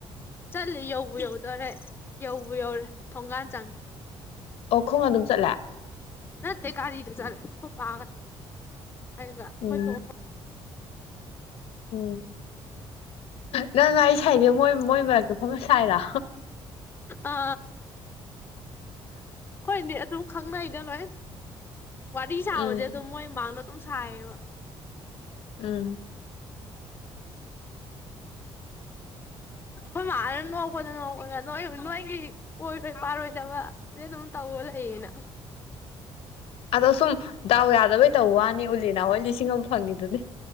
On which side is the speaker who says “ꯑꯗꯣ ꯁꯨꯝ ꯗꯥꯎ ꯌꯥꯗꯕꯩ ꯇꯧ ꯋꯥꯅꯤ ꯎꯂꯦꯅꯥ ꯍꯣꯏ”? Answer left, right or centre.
Left